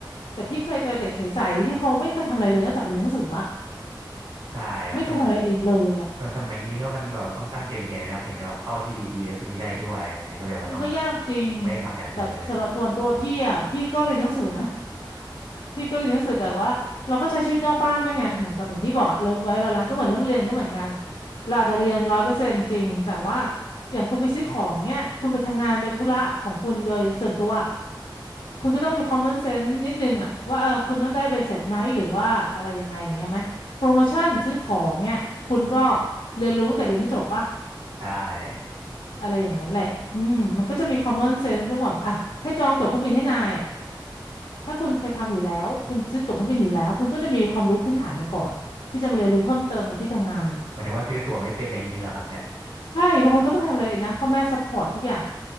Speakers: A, on the left (about 85°); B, on the right (about 70°).
A: แต่พี่เคยเจอเด็กใสๆที่เขาไม่เคยทำอะไรเลยนอกจากเรียนหนังสืออะ
B: ใช่ครับสมัย
A: ไม่เคยทำอะไรเองเลยอะ
B: แบบสมัยนี้ก็มันแบบต้องตั้งใจเรียนไหมครับถึงจะแบบเข้าที่ดีๆเลยพวกนี้ได้ด้วยแบบนี้ก็เลยว่าต้อง
A: มันก็ยากจริง
B: ไม่ได้ทำอย่างอื่นเลย
A: แต่สำหรับส่วนตัวพี่อะพี่ก็เรียนหนังสือนะ <laughs> พี่ก็เรียนหนังสือแต่ว่าเราก็ใช้ชีวิตนอกบ้านด้วยไงเหมือนกับอย่างที่บอกอะเลิกไว้เวลาร้านก็เหมือนเรื่องเรียนก็เหมือนกันเราอาจจะเรียนร้อยเปอร์เซ็นต์จริงแต่ว่าอย่างคุณไปซื้อของเนี้ยคุณไปทำงานไปธุระของคุณโดยส่วนตัว คุณก็ต้องมี common sense นิดนึงอะว่าเออคุณต้องได้ใบเสร็จไหมหรือว่าอะไรยังไงอย่างเงี้ยไหมโปรโมชั่นซื้อของเนี่ยคุณก็เรียนรู้แต่เรียนไม่จบปะ
B: ใช่
A: อะไรอย่างนั้นแหละอืมมันก็จะมี common sense เรื่องแบบอ่ะแค่จองตั๋วเครื่องบินให้นายอะถ้าคุณเคยทำอยู่แล้วคุณซื้อตั๋วเครื่องบินอยู่แล้วคุณก็จะมีความรู้พื้นฐานมาก่อนที่จะมาเรียนรู้เพิ่มเติมในที่ทำงาน
B: หมายถึงว่าซื้อตั๋วไม่เป็นอะไรอย่างนี้เหรอครับเนี่ย
A: ใช่บางคนก็ไม่เคยทำอะไรเองนะพ่อแม่ซัพพอร์ตทุกอย่าง